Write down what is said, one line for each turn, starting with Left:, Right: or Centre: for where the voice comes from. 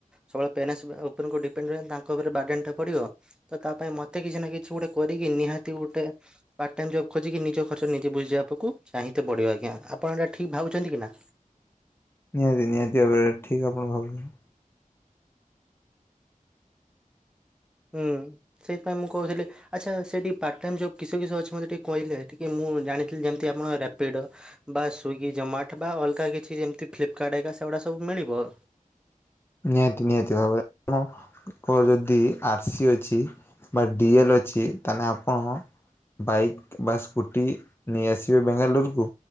Centre: ସବୁବେଳେ ପ୍ୟାରେସ୍ ଉପରକୁ ଡିପେଣ୍ଡେଡ ହେଲେ ତାଙ୍କ ଉପରେ ବାଗାନ୍ ଟା ପଡ଼ିବ। ତ ତା ପାଇଁ ମତେ କିଛି ନା କିଛି ଗୋଟେ କରିକି ନିହାତି ଗୋଟେ। ପାର୍ଟ ଟାଇମ୍ ଜବ୍ ଖୋଜିକ ନିଜ ଖର୍ଚ ନିଜେ ବୁଝିିବାକୁ ଚାହିଁତେ ପଡ଼ିବ ଆଜ୍ଞା ଆପଣ ଏଇଟା ଠିକ୍ ଭାବୁଛନ୍ତି କି ନା।
Left: ନିହାତି ନିହାତି ଭାବରେ ଠିକ୍ ଆପଣ ଭାବୁଛନ୍ତି।
Centre: ହୁଁ ସେଇଥିପାଇଁ ମୁଁ କହୁଥିଲି ଆଚ୍ଛା ସେଠି ପାର୍ଟ ଟାଇମ୍ ଯେଉଁ କିସ କିସ ଅଛି ମୋତେ ଟିକେ କହିଲେ ଟିକେ ମୁଁ ଜାଣିଥିଲି ଯେମିତି ଆପଣ ରାପିଡ଼ୋ ବା ସ୍ଵିଗି ଜେମାଟ ବା ଅଲଗା କିଛି ଯେମିତି ଫ୍ଲିପକାର୍ଟ ଘରିକା ସେଗୁଡା ସବୁ ମିଳିବ।
Left: ନିହାତି ନିହାତି ଭାବରେ ଆପଣ। ଙ୍କ ଯଦି ଆର୍ ସି ଅଛି ବା ଡି ଏଲ୍ ଅଛି ତାହେଲେ ଆପଣ। ବାଇକ୍ ବା ସ୍କୁଟି ନେଇ ଆସିବେ ବେଙ୍ଗାଲୁରୁକୁ।